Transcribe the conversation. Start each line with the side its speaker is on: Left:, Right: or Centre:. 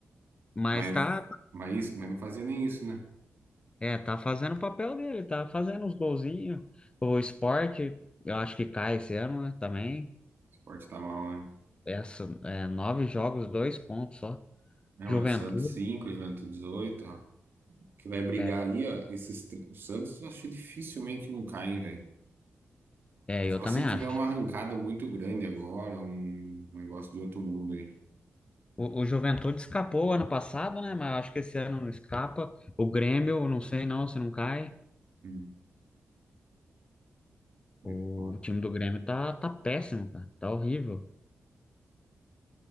Left: mas
Right: Mas,
Left: tá,
Right: mas isso, mas não fazia nem isso, né? O
Left: é, tá fazendo o papel dele, tá fazendo os golzinhos. O Sport, eu acho que cai esse ano, né? Também.
Right: esporte tá mal, né?
Left: Essa, é, nove jogos, dois pontos só.
Right: Não,
Left: Juventude,
Right: é o Santos 5, o Juventude 18. ó. Que vai brigar
Left: é,
Right: ali, ó. Esses, tr- o Santos eu acho que dificilmente não cai, hein, velho.
Left: é,
Right: Só
Left: eu também
Right: se
Left: acho.
Right: tiver uma arrancada muito grande agora, um negócio de outro mundo aí.
Left: O, o Juventude escapou ano passado, né? Mas acho que esse ano não escapa. O Grêmio, eu não sei não se não cai.
Right: Hum.
Left: O
Right: É foda.
Left: time do Grêmio tá, tá péssimo, cara. Tá horrível.